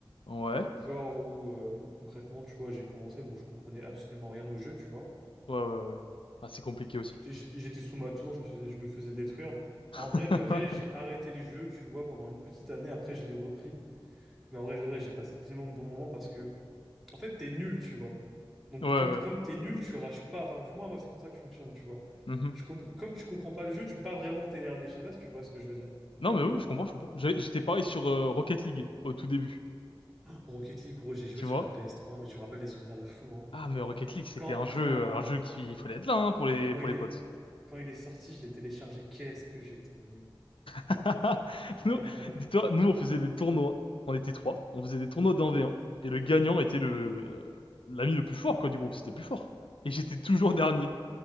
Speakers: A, on the left; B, in the centre.
A: Ouais,
B: Genre où, euh, où concrètement, tu vois, j'ai commencé, bon, je comprenais absolument rien au jeu, tu vois.
A: ouais, ouais, ouais. Ah, c'est compliqué aussi.
B: J'étais j'étais- j'étais sous ma tour, je me faisais, je me faisais détruire.
A: <laughs>
B: En vrai de vrai, j'ai arrêté les jeux, tu vois, pendant une petite année, après, je l'ai repris. Mais en vrai de vrai, j'ai passé tellement de bons moments parce que, en fait, t'es nul, tu vois. Donc,
A: Ouais, ouais.
B: quand, comme t'es nul, tu rages pas. Enfin, du moins, moi, c'est comme ça que je fonctionne, tu vois.
A: Mhm.
B: Je comp- comme tu comprends pas le jeu, tu peux pas vraiment t'énerver. Je sais pas si tu vois ce que je veux dire.
A: Non, mais oui, je comprends, je comprends. J'ai- J'étais pareil sur euh, Rocket League au tout début,
B: Rocket League, gros, j'ai joué
A: tu
B: sur
A: vois?
B: la PS3, mais tu me rappelles des souvenirs de fou, gros.
A: Ah, mais Rocket League, c'était
B: Quand,
A: un jeu,
B: quand,
A: euh, un jeu qui, il fallait être là, hein, pour les,
B: quand
A: pour
B: il
A: les potes.
B: est, quand il est sorti, je l'ai téléchargé. Qu'est-ce que j'étais nul.
A: <laughs>
B: Et c'était
A: Nous,
B: une dinguerie.
A: dis-toi, nous, on faisait des tournois. On était trois. On faisait des tournois d'un V1. Et le gagnant était le, euh, l'ami le plus fort, quoi, du groupe. C'était le plus fort. Et j'étais toujours dernier.